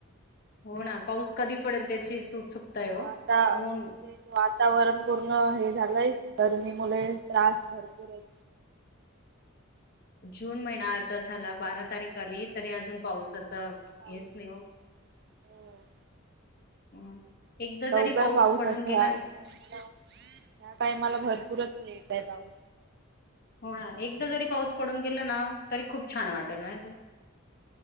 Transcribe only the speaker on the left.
हो ना पाऊस कधी पडेल त्याचीच सुक्ताय
हन
जून महिना अर्ध झाला बारा तारीख आली तरी अजून पावसाचा
हेच नाही हो
हं. एकदा
जरी
पडून
गेला
ना
हो ना एकदा जरी पाऊस पडून गेला ना तरी खूप छान वाटेल माहिती.